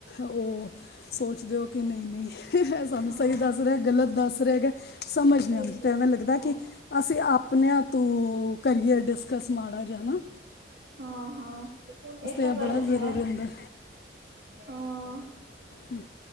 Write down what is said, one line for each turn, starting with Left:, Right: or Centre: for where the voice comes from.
Left: ਓ ਸੋਚਦੇ ਹੋ ਕੇ ਨਈ-ਨਈ ਸਾਨੂੰ
Right: ਹਾਂ
Left: ਸਹੀ ਦੱਸ ਰਿਆ ਗਲਤ ਦੱਸ ਰਿਆ ਹੈਗਾ ਕਿ ਸਮਝ
Right: ਸਈ
Left: ਨੀ ਆਂਦੀ
Right: ਗੱਲ
Left: ਤਾਂ ਐਵੇਂ ਲੱਗਦਾ
Right: ਹੋ
Left: ਕਿ। ਅਸੀਂ ਆਪਣਿਆਂ ਤੋਂ ਕਰੀਅਰ ਮਾੜਾ ਜਾ ਹਨਾ।
Right: ਹਾਂ ਹਾਂ, ਏ ਤਾਂ
Left: ਇਹ ਬੜਾ
Right: ਗੱਲ
Left: ਜ਼ਰੂਰੀ
Right: ਹੈ।
Left: ਹੁੰਦਾ
Right: ਹਾਂ।
Left: ਹੂੰ।